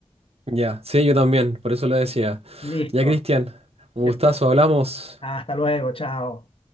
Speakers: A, on the right (about 65°); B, on the left (about 55°).
A: Ya, sí, yo también, por eso lo decía.
B: Listo.
A: Ya, Cristian, un
B: Que-
A: gustazo, hablamos.
B: Hasta luego, chao.